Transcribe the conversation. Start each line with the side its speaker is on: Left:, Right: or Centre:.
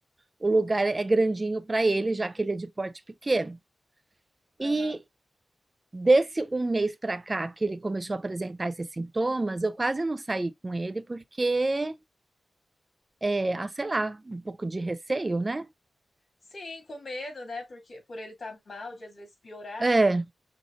Right: o lugar é grandinho para ele, já que ele é de porte pequeno. E
Left: Aham.
Right: desse um mês para cá que ele começou a apresentar esses sintomas, eu quase não saí com ele porque, é, ah, sei lá, um pouco de receio, né?
Left: Sim, com medo, né? Porque por ele estar mal, de às vezes piorar,
Right: É,
Left: né?